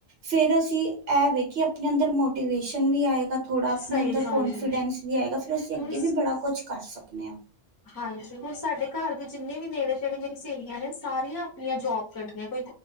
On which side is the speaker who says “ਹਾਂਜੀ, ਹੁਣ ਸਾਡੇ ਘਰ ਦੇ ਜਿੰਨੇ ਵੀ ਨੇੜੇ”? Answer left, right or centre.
Left